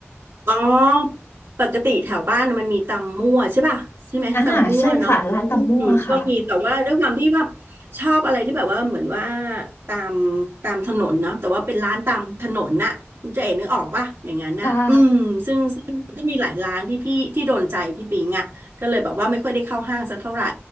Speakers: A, on the right; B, on the left.
A: อ๋อปกติแถวบ้านน่ะมันมีตำมั่วใช่ป่ะใช่ไหมตำมั่วเนาะอืมก็มีแต่ว่าด้วยความที่แบบ
B: อ่าใช่ค่ะร้านตำมั่วค่ะ
A: ชอบอะไรที่แบบว่าเหมือนว่าตามตามถนนเนาะแต่ว่าเป็นร้านตามถนนน่ะคุณเจ๋นึกออกป่ะอย่างนั้นน่ะอืมซึ่งซึ่งก็มีหลายร้านที่พี่ที่โดนใจพี่ปิงอ่ะก็เลยแบบว่าไม่ค่อยได้เข้าห้างสักเท่าไหร่
B: ค่ะ